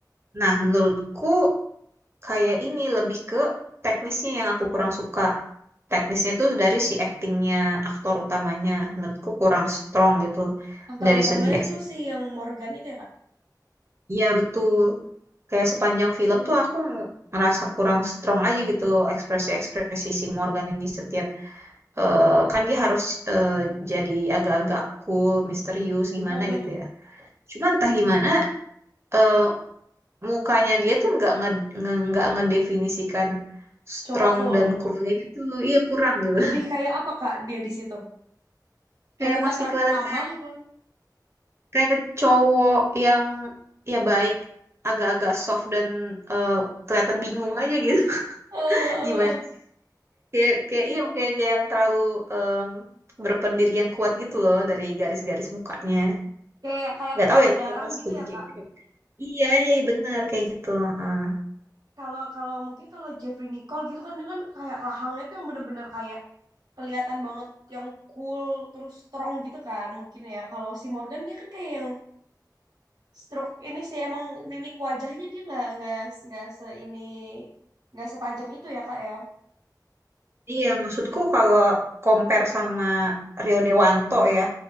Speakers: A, on the right; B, on the right.
A: Nah menurutku kayak ini lebih ke teknisnya yang aku kurang suka. Teknisnya tuh dari si actingnya aktor utamanya menurutku kurang strong gitu.
B: Aktor
A: Dari
B: utamanya
A: segi acting.
B: tuh si yang Morgan itu ya kak?
A: Iya betul. Kayak sepanjang film tuh aku ngerasa kurang strong aja gitu ekspresi-ekspresi si Morgan ini setiap eh, kan dia harus eh, jadi agak-agak cool, misterius gimana
B: Heeh.
A: gitu ya. Cuman entah gimana eh, mukanya dia tuh nggak nge nge- nggak ngedefinisikan strong
B: Cowok cool.
A: dan coolnya gitu. Iya kurang gitu.
B: Lebih kayak apa kak dia di situ?
A: <laughs>
B: Kayak
A: Kayak
B: muka
A: masih
B: terlalu
A: kelihatan
B: ramah
A: kayak
B: apa? <laughs>
A: kayak cowok yang ya baik, agak-agak soft dan eh, kelihatan bingung aja gitu. <laughs>
B: Eh,
A: Gimana? Kayak kayak iya kayak, kayak yang terlalu em, berpendirian kuat gitu loh dari garis-garis mukanya.
B: kayak kayak
A: Nggak
B: kurang
A: tahu ya ini
B: garang
A: apa
B: gitu
A: subjek.
B: ya kak?
A: Iya, iya iya, bener kayak gitu. Heeh.
B: Kalau kalau mungkin kalau Jeffrey Nicole gitu kan dia kan kayak rahangnya tuh yang bener-bener kayak kelihatan banget yang cool terus strong gitu kan mungkin ya. Kalau si Morgan dia kan kayak yang stroke ini sih emang mimik wajahnya dia nggak nggak nggak se ini nggak setajam itu ya kak ya.
A: Iya, maksudku kalau compare sama Rio Dewanto ya.